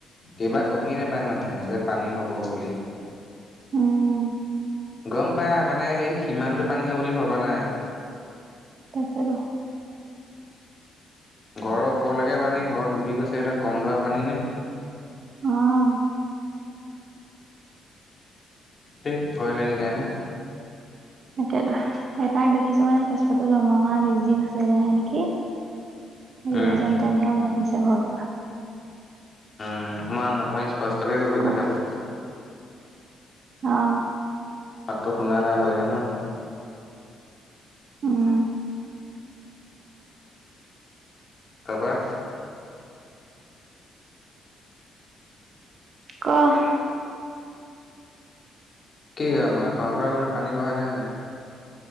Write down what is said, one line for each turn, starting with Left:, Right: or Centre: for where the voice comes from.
Left: এইবাৰ গমেই নাপায় মানুহে যে পানী হ'ব বুলি।
Right: উম।
Left: গ'ম পাই মানে সেই সিমানটো পানী হ'ব বুলি ভবা নাই।
Right: তাকেটো।
Left: ঘৰৰ ওপৰলৈকে পানী, ঘৰ ডুবি গৈছে এতিয়া কম দৰা পানী নে।
Right: অ'।
Left: দে ভয় লাগি যায় ন'!
Right: তাকেটো, এতাক দেখিছো মানে কেঁচুৱাটো জন্ম হোৱা বিছদিন হৈছিলেহে নেকি। এই
Left: উম
Right: যেন তেন হে উওলিয়াই আনিছে ঘৰটোৰ পৰা।
Left: উম, অকমান অকমান স্পষ্টকে কবি
Right: ক
Left: কথাবোৰ।
Right: অ'।
Left: মাতটো শুনা নাই ভালকে ন'।
Right: উম।
Left: তাৰপা?
Right: ক'?
Left: ক'? কি কম আৰু তহঁতৰ সেইপিনে পানী বহা নাই জানো?